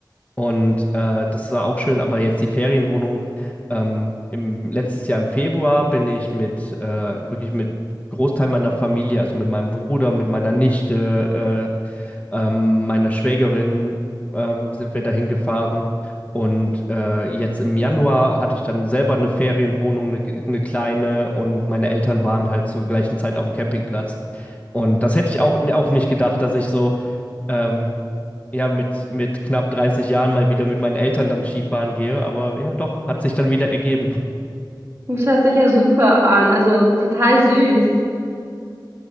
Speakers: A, on the left; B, on the right.
A: Und äh, das war auch schön, aber jetzt die Ferienwohnung. Ähm, im, letztes Jahr im Februar bin ich mit, äh, wirklich mit Großteil meiner Familie, also mit meinem Bruder, mit meiner Nichte, äh, ähm, meiner Schwägerin ähm, sind wir dahin gefahren. Und äh, jetzt im Januar hatte ich dann selber eine Ferienwohnung, eine, eine kleine, und meine Eltern waren halt zur gleichen Zeit auf dem Campingplatz. Und das hätte ich auch, auch nicht gedacht, dass ich so ähm, ja, mit, mit knapp 30 Jahren mal wieder mit meinen Eltern dann Skifahren gehe. Aber ja, doch, hat sich dann wieder ergeben.
B: Das hört sich ja super an, also total süß.